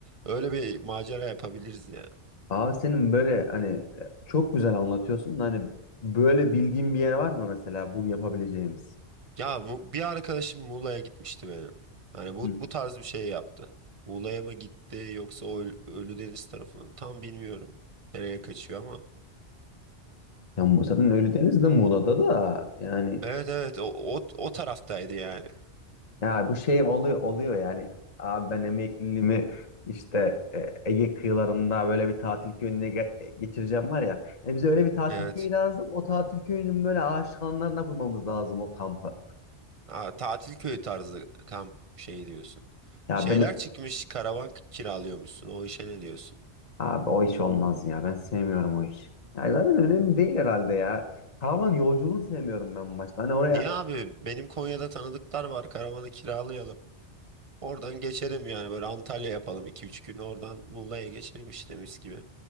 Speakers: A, on the right; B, on the left.
A: Öyle bir macera yapabiliriz ya.
B: Abi senin böyle hani e, çok güzel anlatıyorsun da hani böyle bildiğin bir yer var mı mesela bunu yapabileceğimiz?
A: Ya bu, bir arkadaşım Muğla'ya gitmişti benim. Hani bu,
B: Hı.
A: bu tarz bir şey yaptı. Muğla'ya mı gitti yoksa o Ül- Ölüdeniz tarafına tam bilmiyorum. Nereye kaçıyor ama.
B: Ya Mu- zaten Ölüdeniz de Muğla'da da yani
A: Evet evet o, o, o taraftaydı yani.
B: ya bu şey oluyor oluyor yani abi ben emekliliğimi işte e, Ege kıyılarında böyle bir tatil köyüne ge- geçireceğim var ya. Yani bize öyle bir tatil
A: Evet.
B: köyü lazım. O tatil köyünün böyle aşık anlarına kurmamız lazım o kampı.
A: Ha, tatil köyü tarzı kamp şey diyorsun.
B: Ya
A: Şeyler
B: ben
A: çıkmış karavan kiralıyormuşsun. O işe ne diyorsun?
B: Abi o iş olmaz ya. Ben sevmiyorum o iş. Ya zaten önemli değil herhalde ya. Karavan yolculuğunu sevmiyorum ben başta. Hani oraya
A: Niye abi? Benim Konya'da tanıdıklar var. Karavanı kiralayalım. Oradan geçelim yani böyle Antalya yapalım iki üç gün oradan Muğla'ya geçelim işte mis gibi